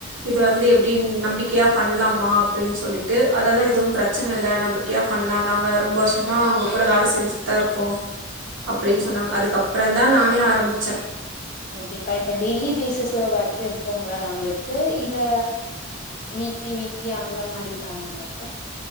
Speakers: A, on the right (about 65°); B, on the left (about 40°).
A: இது வந்து எப்டி நம்பிக்கையா பண்லாமா அப்டின்னு சொல்லிட்டு அதெல்லா எதுவு பிரச்சன இல்லை நம்பிக்கையா பண்லானாங்க ரொம்ப வருஷமா அவுங்க கூட வேல செஞ்சிட்தா இருக்கோ அப்டின்னு சொன்னாங்க
B: ஆ
A: அதுக்கப் பறந்தா நானே ஆரம்பிச்சே
B: ஓகேக்கா இப்ப டெய்லி பேசிஸ்ல ஒர்க் இருக்குங்ளா நம்மளுக்கு இல்ல வீக்லி வீக்லி அந்த மாரி தானுங்ளாக்கா